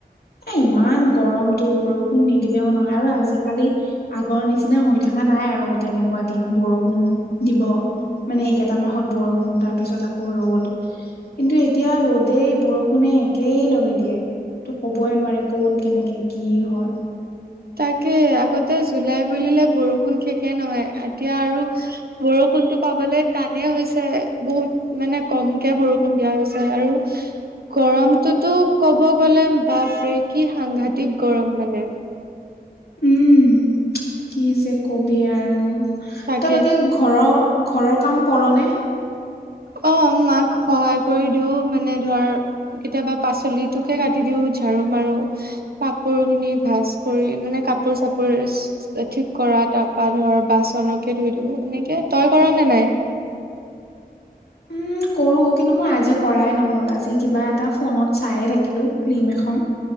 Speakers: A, on the left (about 70°); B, on the right (about 70°).
A: এ ইমান গৰমটো বৰষুণ নিদিলেও নহয় আৰু আজিকালি আগৰ নিচিনা হৈ থকা নাই আৰু তেনেকুৱা দিন বৰষুণ দিব। মানে এইকেইটা মাহত বৰষুণ তাৰপিছত আকৌ ৰ'দ কিন্তু এতিয়া ৰ'দ- দেই বৰষুণে একেই লগে দিয়ে তো কবই নোৱাৰি কত কেনেকে কি হয়।
B: তাকে আগতে জুলাই বুলিলে বৰষুণ শেষে নহয় এতিয়া আৰু। বৰষুণটো পাবলে টানেই হৈছে বহুত। মানে কমকে বৰষুণ দিয়া হৈছে আৰু গৰমটোতো ক'ব গ'লে বাপৰে কি সাংঘাতিক গৰম মানে
A: উম কি যে কবি আৰু
B: তাকে
A: তৰ বাকি ঘৰৰ ঘৰৰ কাম কৰ নে?
B: অ মাক সহায় কৰি দিওঁ মানে ধৰ কেতিয়াবা পাচলিটোকে কাটি দিও ঝাৰু মাৰো। কাপোৰ খিনি ভাজ কৰি মানে কাপোৰ চাপোৰ। ঠিক কৰা তাৰ পৰা ধৰ বাচনকে ধুই দিও এনেকে তই কৰ নে নাই।
A: উম কৰো কিন্তু মই আজি কৰাই নহ'ল আজি কিবা এটা ফোনত চাইে থাকিলো ফিল্ম এখন।